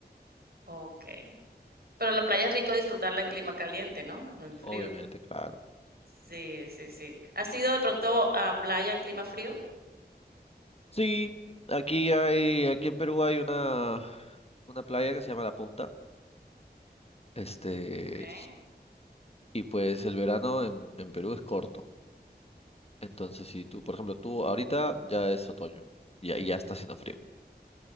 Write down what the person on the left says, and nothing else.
obviamente, claro.
Sí, aquí hay, aquí en Perú hay una, una playa que se llama La Punta. Este,
y pues el verano en, en Perú es corto. Entonces, si tú, por ejemplo, tú ahorita ya es otoño y ahí ya está haciendo frío.